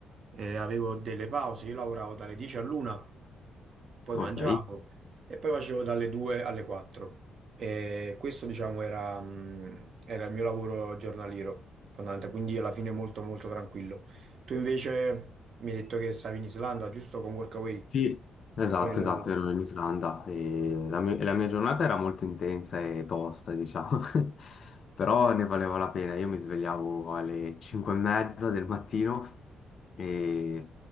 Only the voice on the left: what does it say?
Ok.
Sì, esatto,
esatto,
ero in Islanda e la mia, e la mia giornata era molto intensa e tosta, diciamo, <laughs> però ne valeva la pena. Io mi svegliavo alle 5 e mezza del mattino e